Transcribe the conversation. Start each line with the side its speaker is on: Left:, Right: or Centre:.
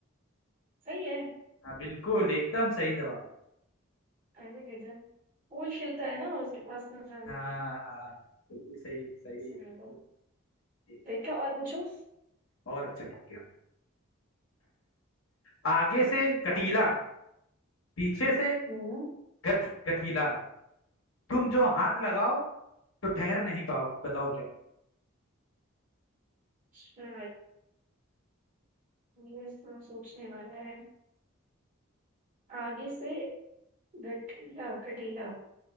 Right: सही है
Left: हाँ बिल्कुल एकदम सही जवाब
Right: अरे गजब पूल खिलता है ना और उसके पास ना जाना
Left: हाँ हाँ बिल्कुल सही सही
Right: सही
Left: बिल्कुल
Right: है।
Left: सही।
Right: देखा और पूछो
Left: और अच्छा ठीक है आगे से कटीला पीछे से
Right: हम्म
Left: गठ गठीला तुम जो हाथ लगाओ तो ठहर नहीं पाओ बताओ क्या
Right: अच्छा ये सो- सोचने वाला है आगे से गठीला गठीला